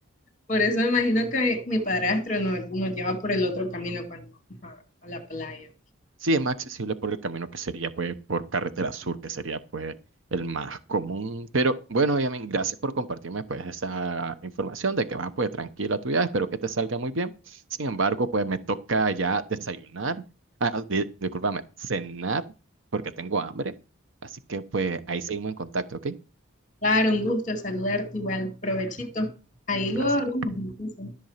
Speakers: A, on the left; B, on the right.
A: Por eso me imagino que mi padrastro nos, nos lleva por el otro camino cuando vamos a a la playa.
B: Sí, es más accesible por el camino que sería, pues, por carretera sur, que sería, pues, el más común. Pero bueno, Yamin, gracias por compartirme, pues, esa información de que va, pues, tranquila tu viaje. Espero que te salga muy bien. Sin embargo, pues, me toca ya desayunar, ah, di- discúlpame, cenar, porque tengo hambre. Así que, pues, ahí seguimos en contacto, ¿ok?
A: Claro, un gusto saludarte igual, provechito. Ahí
B: Gracias.
A: lo hablamos entonces.